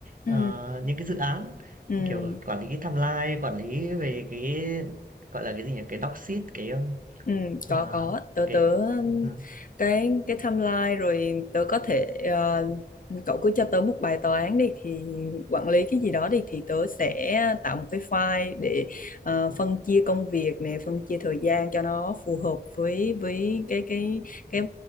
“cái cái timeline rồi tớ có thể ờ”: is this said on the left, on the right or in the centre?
Left